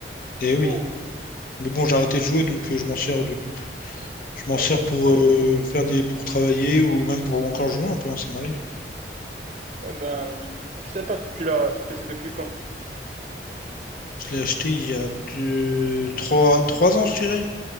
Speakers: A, on the left; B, on the right.
A: Et
B: Wow.
A: oui. Mais bon, j'ai arrêté de jouer, donc euh, je m'en sers de... je m'en
B: Ouais,
A: sers
B: 2500
A: pour
B: euros,
A: euh,
B: c'est trop.
A: faire des pour travailler ou même pour encore jouer un peu, hein, ça m'arrive.
B: Ouais, ben, je, je sais pas, tu l'as ce PC depuis quand?
A: Je l'ai acheté il y a deux, trois, trois ans, je dirais.